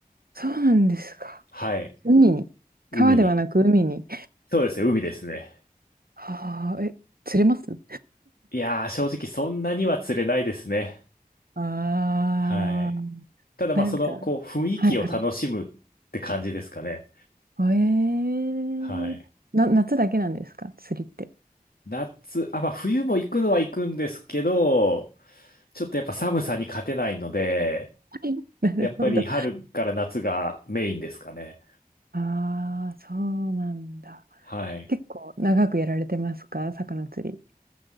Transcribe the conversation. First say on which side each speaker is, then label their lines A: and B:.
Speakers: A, on the right; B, on the left.
A: そうなんですか。
B: はい。
A: 海に。
B: 海に
A: 川ではなく海に。
B: そうですね、海ですね。
A: はあ、え、釣れます
B: いやー、正直そんなには釣れないですね。
A: ああー、
B: はい。ただまあ、
A: なんか、
B: その、こう、雰囲気を楽しむって感じですかね。
A: はいはい。えー、
B: はい。
A: な、夏だけなんですか釣りって。
B: 夏、あ、まあ、冬も行くのは行くんですけど、ちょっとやっぱ寒さに勝てないので、
A: はい。<laughs> なるほど。
B: やっぱり春から夏がメインですかね。
A: あー、そうなんだ。
B: はい。
A: 結構長くやられてますか魚釣り。